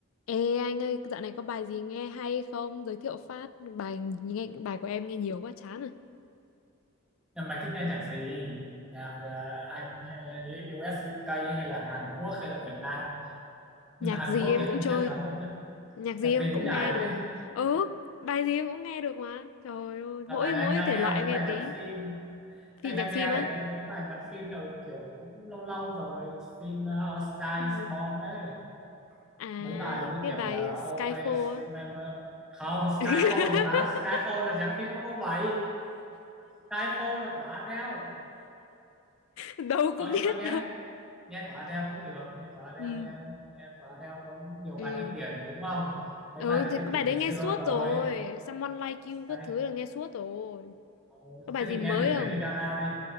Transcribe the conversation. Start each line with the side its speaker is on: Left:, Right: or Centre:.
Left: Ê anh ơi, dạo này có bài gì nghe hay không? Giới thiệu phát bài nghe bài của em nghe nhiều quá chán rồi.
Centre: Nhưng mày thích nghe nhạc gì? Nhạc ờ, Anh hay là US, UK hay là Hàn Quốc hay là Việt Nam? Nhưng
Left: Nhạc
Centre: mà Hàn
Left: gì
Centre: Quốc
Left: em
Centre: thì anh
Left: cũng
Centre: không
Left: chơi,
Centre: biết lắm đâu nhá.
Left: nhạc gì
Centre: Nhạc
Left: em
Centre: gì
Left: cũng
Centre: cũng nhảy.
Left: nghe được. Ừ, bài gì em cũng nghe được mà. Trời
Centre: <laughs>
Left: ơi, mỗi
Centre: Dạo này
Left: mỗi
Centre: anh đang
Left: thể
Centre: nghe
Left: loại
Centre: mấy
Left: em nghe
Centre: bài
Left: tí.
Centre: nhạc phim.
Left: Thì
Centre: Anh
Left: nhạc
Centre: đang
Left: phim
Centre: nghe
Left: á.
Centre: lại mấy, mấy bài nhạc phim ở kiểu cũng lâu lâu rồi. Phim ờ, A Star
Left: Ừ.
Centre: is Born đấy.
Left: À,
Centre: Mấy bài như
Left: cái
Centre: kiểu
Left: bài
Centre: là Always
Left: Skyfall á.
Centre: Remember. Không, Skyfall
Left: <laughs>
Centre: thì bá. Skyfall là nhạc phim không không bảy Skyfall là của Adele.
Left: Đâu
Centre: Ờ
Left: có biết
Centre: nhưng mà nghe.
Left: đâu.
Centre: nghe của Adele cũng được nghe của Adele
Left: Ừ.
Centre: đi em nghe của Adele có nhiều
Left: Ừ.
Centre: bài kinh điển rồi đúng không mấy
Left: Ừ
Centre: bài đấy
Left: thì
Centre: từ
Left: cái
Centre: từ
Left: bài
Centre: ngày
Left: đấy nghe
Centre: xưa
Left: suốt
Centre: rồi
Left: rồi. Someone Like You các
Centre: đây
Left: thứ là nghe suốt rồi.
Centre: Ờ,
Left: Có bài
Centre: thế
Left: gì
Centre: thì
Left: mới
Centre: nghe thử Lady
Left: không?
Centre: Gaga đi